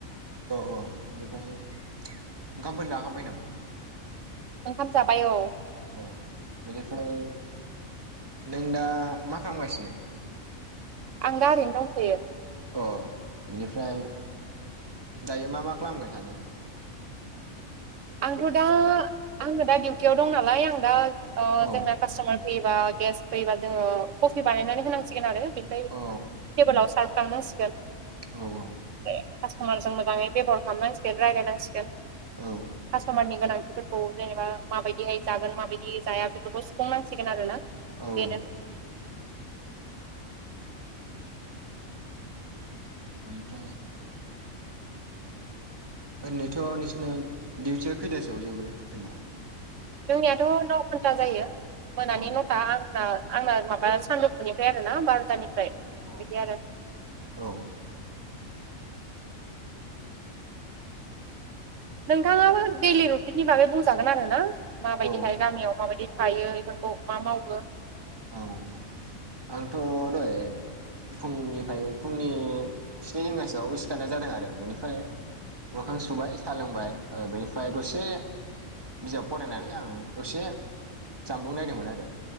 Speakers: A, on the right; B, on the right.
A: औ औ बेनिफ्राय ओंखामफोर जाखांबाय नामा
B: ओंखाम जाबाय औ
A: अ बेनिफ्राय नों दा मा खालामगासिनो
B: आं दा ओरैनो दंथयो
A: अ बेनिफ्राय दायो मा मा खालामगोन सानो
B: आंथ' दा आङो दा डिउटियाव दं नालाय आं दा ओ
A: औ
B: जोंना कास्ट'मार फैयोबा गेस्ट फैयोबा जोङो कफि बानायनानै होनांसिगोनआरो बेनिफ्राय
A: औ
B: टेबोलाव सार्फखांनांसिगोन
A: औ औ
B: फ्राय कास्ट'मारजों मोजाङै बेबहार खालामनांसिगोन रायज्लायनांसिगोन
A: औ
B: कास्ट'मारनि गोनांथिफोरखौ जेनेबा माबायदिहाय जागोन माबायदि जाया बेफोरखौ सुफुंनांसिगोन आरोना
A: औ
B: बेनो
A: औ बेनिफ्राय ओरैथ' नोंसिना दिडिउटिया खैथासोआवजोबो जेनबा
B: जोंनियाथ' नौ घन्टा जायो मोनानि
A: अ
B: नथा आंना आंना माबा सानजौफुनिफ्राय आरोना बार'तानिफ्राय बिदिआरो
A: अ औ
B: नोंथाङाबो दैलि रुटिननि बागै बुंजागोन आरोना माबायदिहाय
A: औ
B: गामियाव माबायदि थायो बेफोरखौ मा मावो
A: औ आंथ' दहाय फुंनिफ्राय फुंनि स्नि रिंगासोआव सिखारनाय जादोंआरो बेनिफ्राय मोखां सुबाय साह लोंबाय ओ बेनिफ्राय दसे बिजाब फरायनानै आङो दसे जानबुं नायदोंमोनआरो